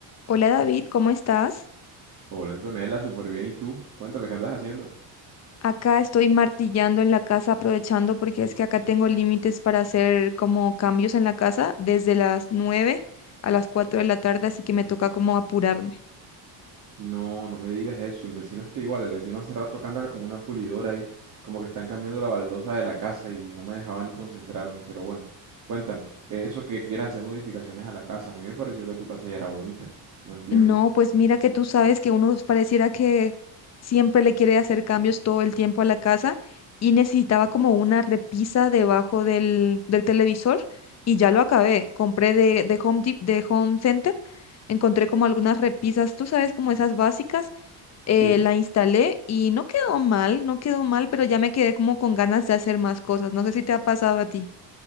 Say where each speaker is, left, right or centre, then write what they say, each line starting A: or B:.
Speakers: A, on the left; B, on the right.
A: Hola David, ¿cómo estás?
B: Hola Antonella, súper bien. ¿Y tú? Cuéntame, ¿qué andas haciendo?
A: Acá estoy martillando en la casa aprovechando porque es que acá tengo límites para hacer como cambios en la casa desde las 9 a las 4 de la tarde, así que me toca como apurarme.
B: No, no me digas eso. El vecino está igual. El vecino hace rato que anda con una pulidora ahí, como que están cambiando la baldosa de la casa y no me dejaba ni concentrarme. Pero bueno, cuéntame, eso que quieras hacer modificaciones a la casa, a mí me pareció que tu casa ya era bonita. No entiendo.
A: No, pues mira que tú sabes que uno pareciera que siempre le quiere hacer cambios todo el tiempo a la casa y necesitaba como una repisa debajo del, del televisor y ya lo acabé. Compré de, de Home Dep- de Home Center, encontré como algunas repisas, tú sabes, como esas básicas eh,
B: ¿Sí?
A: la instalé y no quedó mal, no quedó mal, pero ya me quedé como con ganas de hacer más cosas. No sé si te ha pasado a ti.